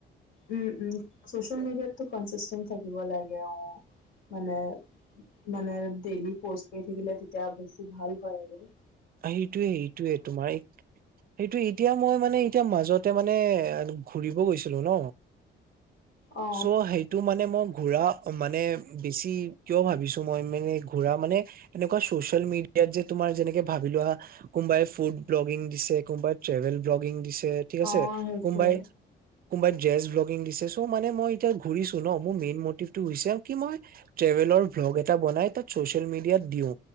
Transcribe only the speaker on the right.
সেইটোৱে এইটোৱে তোমাৰ এক সেইটোৱে এতিয়া মই মানে এতিয়া মাজতে মানে ঘূৰিব গৈছিলো ন
চ' সেইটো মানে মই ঘূৰা মানে বেছি কিয় ভাবিছোঁ মই মানে ঘূৰা মানে এনেকুৱা ছচিয়েল মিডিয়াত যে তোমাৰ যেনেকে ভাবি লোৱা, কোনোবাই ফুড ব্লগিং দিছে, কোনোবাই ট্ৰেভেল ব্লগিং দিছে ঠিক আছে,
কোনবাই কোনোবাই ডেজ ব্লগিং দিছে, চ' মানে মই এতিয়া ঘূৰিছো ন, মোৰ মেইন মটিভটো হৈছে কি মই ট্ৰেভেলৰ ভ্লগ এটা বনাই তাত চছিয়েল মেডিয়াট দিও,